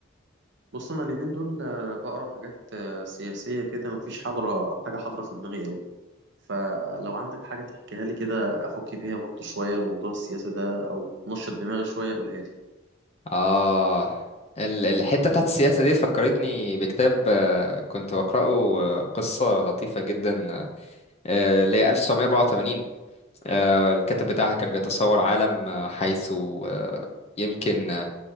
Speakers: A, on the right; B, on the left.
A: بص انا اليومين دول آه، بقرا حاجات آه، سياسيه كده مفيش حاضره حاجه حاضره في دماغي قوي فلو عندك حاجه تحكيها لي كده افك بيها برضو شويه الموضوع السياسي ده او نشط دماغي شويه قولها لي
B: آه ال- الحتة بتاعت السياسة دي فكرتني بكتاب آه، كنت بقرأه آه، قصة لطيفة جدا آه، اللي هي 1984 آه، الكاتب بتاعها كان بيتصور عالم آه، حيث آه، يمكن